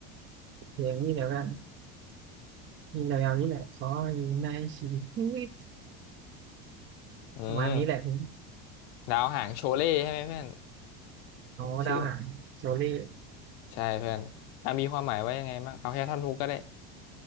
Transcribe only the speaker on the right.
เพลงนี้เดี๋ยวกันนี่เดี๋ยวนี้แหละขออยู่ในชีวิตที่นี้
ประมาณนี้แหละพี่
โอ้ดาวหางโชลี่